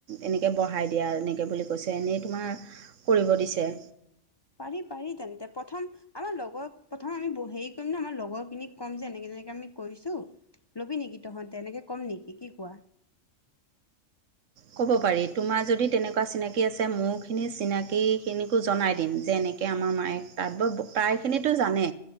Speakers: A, on the right (about 70°); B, on the left (about 40°).
A: এনেকৈ বঢ়াই দিয়া এনেকৈ বুলি কৈছে এনেই তোমাৰ কৰিব দিছে।
B: পাৰি পাৰি তেন্তে প্ৰথম আমাৰ লগৰ প্ৰথম আমি হেৰি কৰিম ন আমাৰ লগৰখিনি ক'ম যে এনেকে। এনেকে আমি কৰিছো ল'বি নেকি তহঁতে তেনেকে ক'ম নেকি কি কোৱা।
A: ক'ব পাৰি তোমাৰ যদি তেনেকুৱা চিনাকি আছে মোৰ খিনি চিনি খিনিকো জনাই দিম যেনে এনেকে আমাৰ মায়ে তাত বয়, প্ৰায় খিনি‌টো জানে,